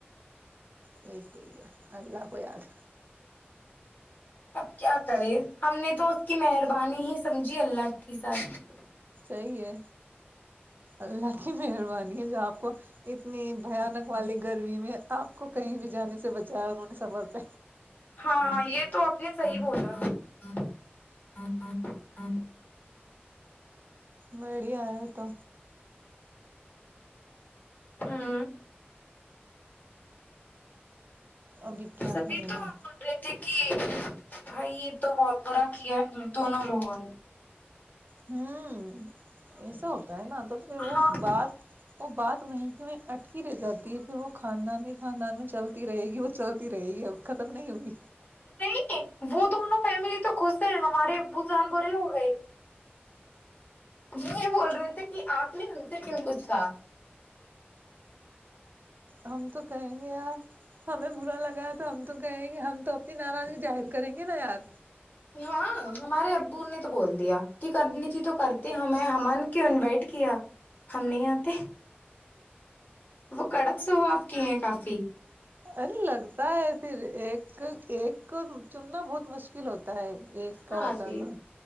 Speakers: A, on the right; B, on the left.
A: یہ صحی ہے اللہ کو یاد
B: اب کیا کرے ہم نے تو اس کی مہربانی ہی سمجھی اللہ کی سات
A: رہی ہے اللہ کی مہربانی ہے جو آپ کو اتنی بھیانک والی گرمی میں آپ کو کہیں بھی جانے سے بچایا انہوں نے سفر پہ
B: ہاں یہ تو آپ نے صحی بولا ہ ہ ہ ہ
A: بڑیا ہے تو
B: ہاں
A: ابھی کیا
B: سبھی
A: کرے
B: تو
A: نا
B: ہم بول رہے تھے کہ بھائی یہ تو بدبرا کی ہے دتون لوگون
A: ہوں ایسا ہوتا ہے نا تو پھر وہ
B: ہاں
A: بات وہ بات وہیں کہ اٹکی رہ جاتی ہے پھر وہ خاندان ہی خاندان میں چلتی رہے گی وہ چلتی رہے گی اب ختم نہیں ہوئی
B: نہیں وہ دونوں فیملی تو خش ہیں ہمارے ابو جان برے ہو گئے وہ یہ بول رہے تھے کہ آپ نے ان سے کن کچھ کہا
A: ہم تو کہیں گے یار ہمیں برا لگا ہے تو ہم تو کہیں گے ہم تو اپنی ناراضگی ظاہر کریں گے نا یار
B: ہاں ہمارے ابو نے تو بول دیا کہ کرنی تھی تو کرتے ہمیں ہمن کیوں انوائٹ کیا ہم نہیں آتے وہ کڑک سوواپ کی ہیں کافی
A: ارے لگتا ہے پھر ایک ایک کو چننا بہت مشکل ہوتا ہے ایک کا
B: ہاں
A: وہ کرنا
B: جی